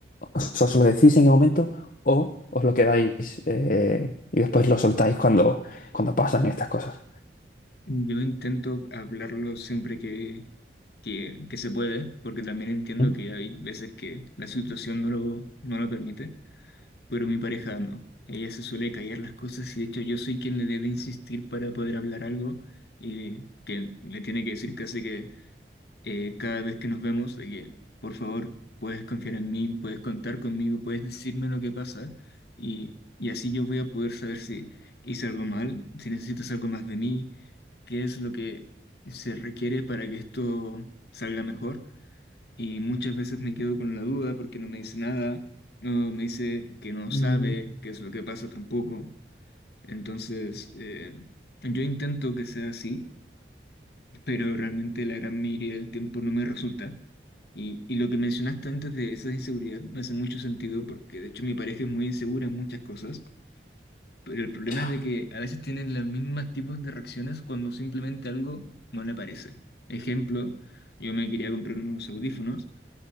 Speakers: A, on the left (about 45°); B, on the left (about 65°).
A: os, os lo decís en el momento o os lo quedáis eh, y después lo soltáis cuando, cuando pasan estas cosas.
B: Yo intento hablarlo siempre que, que, que se puede, porque también entiendo
A: Mm,
B: que hay veces que la situación no lo, no lo permite pero mi pareja no. Ella se suele callar las cosas y de hecho yo soy quien le debe insistir para poder hablar algo y que le tiene que decir casi que eh, cada vez que nos vemos, de que por favor puedes confiar en mí, puedes contar conmigo, puedes decirme lo que pasa y, y así yo voy a poder saber si hice algo mal, si necesitas algo más de mí, qué es lo que se requiere para que esto salga mejor. Y muchas veces me quedo con la duda porque no me dice nada, o me dice que no sabe
A: mm,
B: qué es lo que pasa tampoco. Entonces, eh, yo intento que sea así, pero realmente la gran mayoría del tiempo no me resulta. Y, y lo que mencionaste antes de esa inseguridad me hace mucho sentido porque de hecho mi pareja es muy insegura en muchas cosas, pero el problema
A: ya,
B: es de que a veces tienen los mismos tipos de reacciones cuando simplemente algo no le parece. Ejemplo, yo me quería comprar unos audífonos.